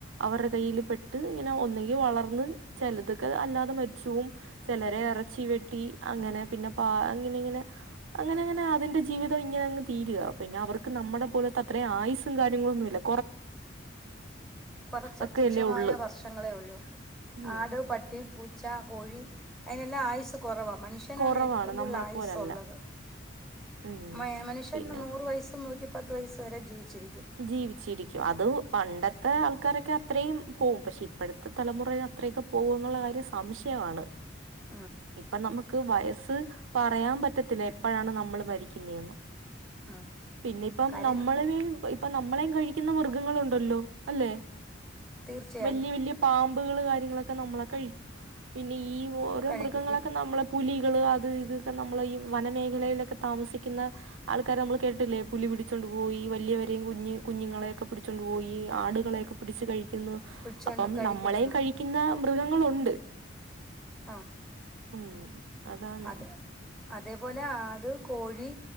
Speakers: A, on the right; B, in the centre.
A: അവരെ കയ്യ്ല് പെട്ട് ഇങ്ങനെ ഒന്നെങ്കി വളർന്ന് ചെലതൊക്കെ അല്ലാതെ മര്ച്ചാേവും ചെലരെ എറച്ചി വെട്ടി അങ്ങനെ പിന്നെ പാ അങ്ങനെ ഇങ്ങനെ അങ്ങനെ അങ്ങനെ അതിന്റെ ജീവിതം ഇങ്ങനെ അങ്ങ് തീര്കാ പിന്നെ അവർ ക്ക് നമ്മടെ പോലത്തെ അത്രേം ആയുസും കാര്യങ്ങളൊന്നും ഇല്ലാ
B: കൊറച്ച്
A: ഒക്കെയല്ലേ
B: തുച്ഛമായ
A: ഉള്ളു
B: വർഷങ്ങളേ ഒള്ളൂ
A: ഉം
B: ആട് പട്ടി പൂച്ച കോഴി അയ്നെല്ലാം ആയ്സ് കൊറവാ മന്ഷ്യനാണ്
A: കുറവാണ്
B: ഏറ്റവും കൂടുതൽ
A: നമ്മളെ
B: ആയുസ്സാെള്ളത്
A: പോലല്ല ഉം
B: മ മനുഷ്യന്ന്
A: പിന്നെ
B: നൂറ് വയസ്സും നൂറ്റിപ്പത്ത് വയസ്സ് വരെ ജീവിച്ചിരിക്കും
A: ജീവിച്ചിരിക്കും അത് പണ്ടത്തെ ആൾക്കാരൊക്കെ അത്രേയും പോവും പക്ഷെ ഇപ്പഴ ത്തെ തലമുറയും അത്രെയൊക്കെ പോവോന്ന്ള്ള കാര്യം സംശയവാണ്
B: ആണ്
A: ഇപ്പം നമ്ക്ക് വയസ്സ് പറയാൻ പറ്റത്തില്ല എപ്പഴാണ് നമ്മള് മരിക്ക്ന്നേന്ന്
B: ഉം
A: പിന്നിപ്പം
B: കാര്യം
A: നമ്മള് വേംപൊയ് പ്പം നമ്മലേം കഴിക്കുന്ന മൃഗങ്ങളുണ്ടല്ലോ അല്ലെ,
B: തീർച്ചയായും
A: വല്യ വല്യ പാമ്പുകള് കാര്യങ്ങളൊക്കെ നമ്മളെ കഴിക്കും. പിന്നെ ഈ ഓരോ
B: കഴിക്കും
A: മൃഗങ്ങളൊക്കെ നമ്മളെ, പുലികള് അത് ഇത് ക്കെ നമ്മളെ ഈ വനമേഖലയിലൊക്കെ താമസിക്കുന്ന ആൾക്കാരെ നമ്മള് കേട്ട്ട്ടില്ലേ പുലി പിടിച്ചൊണ്ട് പോയി, വല്യ വ കുഞ്ഞ് കുഞ്ഞുങ്ങളെയൊക്കെ പിടിച്ചൊണ്ട് പോയി. ആടുകളെയൊക്കെ പിട്ച്ച് കഴിക്കുന്നു.
B: പിടിച്ചോണ്ട്
A: അപ്പം
B: കഴിക്കുന്നെന്ന്
A: നമ്മളേം കഴി ക്കുന്ന മൃഗങ്ങളുണ്ട്
B: ആ
A: ഉം അതാണ്
B: അത് അതേപോലെ ആട്, കോഴി,